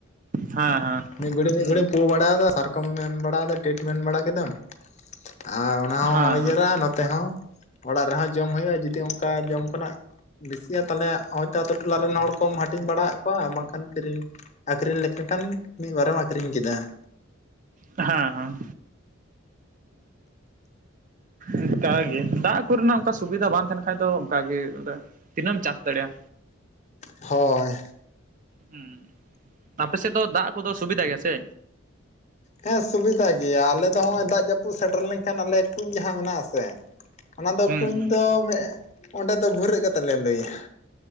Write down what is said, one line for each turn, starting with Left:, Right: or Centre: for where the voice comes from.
Right: ᱦᱮᱸ ᱦᱮᱸ
Left: ᱢᱤᱜ ᱜᱷᱟᱹᱲᱤ
Right: ᱦᱮᱸ
Left: ᱢᱤᱜ ᱜᱷᱟᱹᱲᱤᱢ ᱯᱳ ᱵᱟᱲᱟ ᱫᱟ ᱟᱨ, ᱠᱚᱢ ᱮᱢ ᱵᱟᱲᱟ ᱟᱫᱟ ᱴᱤᱴ ᱢᱮᱱ ᱵᱟᱲᱟ ᱠᱮᱫᱟᱢ ᱟᱨ, ᱚᱱᱟ ᱦᱚᱸ
Right: ᱦᱮᱸ
Left: ᱦᱩᱭ ᱡᱟᱨᱟᱜᱼᱟ ᱱᱚ ᱛᱮ ᱦᱚᱸ ᱚᱲᱟᱜ ᱨᱮ ᱦᱚᱸ ᱡᱚᱢ ᱦᱩᱭᱩᱜᱼᱟ ᱡᱩᱫᱤ ᱚᱱᱠᱟ ᱡᱚᱢ ᱠᱷᱚᱱᱟᱜ, ᱵᱮᱥᱤᱜ ᱛᱟᱦᱚᱞᱮ ᱦᱚᱭ ᱛᱚ ᱟᱛᱳ ᱴᱚᱞᱟ ᱨᱮᱱ ᱦᱚᱲ ᱠᱚᱢ ᱦᱟᱹᱴᱤᱧ ᱵᱟᱲᱟ ᱟᱫ ᱠᱚᱣᱟ ᱵᱟᱝ ᱠᱷᱟᱱ ᱠᱤᱨᱤᱧ, ᱟᱠᱷᱨᱤᱧ ᱞᱮᱠᱚ ᱠᱷᱟᱱ ᱢᱤᱫ ᱵᱟᱨᱮᱢ ᱟᱠᱷᱨᱤᱧ ᱠᱮᱫᱟ᱾
Right: ᱦᱮᱸ ᱦᱮᱸ, ᱚᱱᱠᱟ ᱜᱮ ᱫᱟᱜᱽ ᱠᱚᱨᱮ ᱱᱟᱜ ᱚᱱᱠᱟ ᱥᱩᱵᱤᱫᱷᱟ ᱵᱟᱝ ᱛᱟᱦᱮᱱ ᱠᱷᱟᱭ ᱫᱚ ᱚᱱᱠᱟ ᱜᱮ, ᱛᱤᱱᱟᱹᱢ ᱪᱟᱥ ᱫᱟᱲᱮᱜᱼ ᱟ᱾
Left: ᱦᱳᱭ,
Right: ᱦᱩᱸ ᱟᱯᱮ ᱥᱮᱫ ᱫᱚ ᱫᱟᱜᱽ ᱠᱚ ᱫᱚ ᱥᱩᱵᱤᱫᱟ ᱜᱮ ᱭᱟ ᱥᱮ?
Left: ᱦᱮᱸ ᱥᱩᱵᱤᱫᱷᱟ ᱜᱮᱭᱟ ᱟᱞᱮ ᱫᱚ ᱱᱚᱜᱼᱚᱭ ᱫᱟᱜᱽ ᱡᱟᱹᱯᱩᱫ ᱥᱮᱴᱮᱨ ᱞᱮᱱᱠᱷᱟᱱ ᱟᱞᱮ ᱠᱩᱧ ᱡᱟᱦᱟᱸ ᱢᱮᱱᱟᱜ ᱟᱥᱮ, ᱚᱱᱟ ᱫᱚ
Right: ᱦᱩᱸ
Left: ᱠᱩᱧ
Right: ᱦᱩᱸ
Left: ᱫᱚ ᱚᱸᱰᱮ ᱫᱚ ᱵᱷᱩᱨᱟᱹᱜ ᱠᱟᱛᱮᱜ ᱞᱮ ᱞᱩᱭᱟ᱾